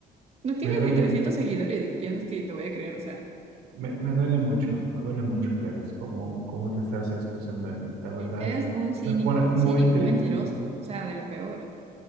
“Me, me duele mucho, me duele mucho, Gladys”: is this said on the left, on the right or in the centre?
Right